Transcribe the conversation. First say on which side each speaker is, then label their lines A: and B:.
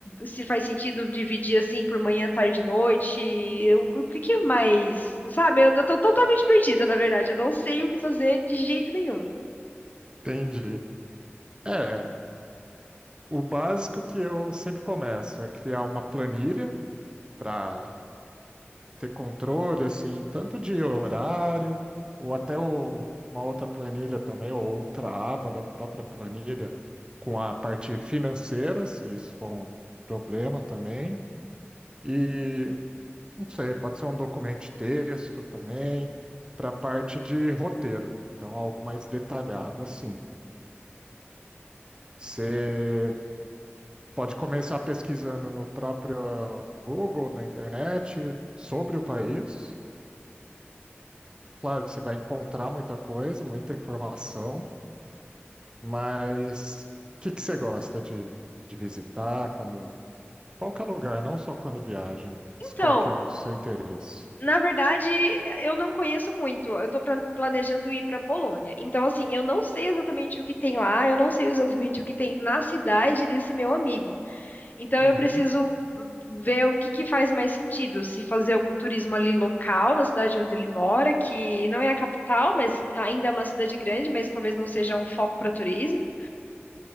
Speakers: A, on the left; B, on the right.
A: se faz sentido dividir assim por manhã, tarde, noite, o, o que que é mais, sabe? Eu, eu tô totalmente perdida, na verdade, eu não sei o que fazer de jeito nenhum.
B: entendi. É, o básico que eu sempre começo é criar uma planilha para ter controle, assim, tanto de horário, ou até o- uma outra planilha também, ou outra aba da própria planilha com a parte financeira, se isso for um problema também. E não sei, pode ser um documento de texto também, para a parte de roteiro. Então, algo mais detalhado assim. Você pode começar pesquisando no próprio Google, na internet, sobre o país. Claro que você vai encontrar muita coisa, muita informação, mas o que que você gosta de, de visitar quando Qualquer lugar, não só quando viaja. Mas
A: Então.
B: Qual que é o seu interesse?
A: Na verdade, eu não conheço muito. Eu tô pra- planejando ir para Polônia. Então, assim, eu não sei exatamente o que tem lá, eu não sei exatamente o que tem na cidade desse meu amigo. Então
B: Uhum,
A: eu preciso ver o que que faz mais sentido, se fazer algum turismo ali local, na cidade onde ele mora, que não é a capital, mas ainda é uma cidade grande, mas talvez não seja um foco para turismo,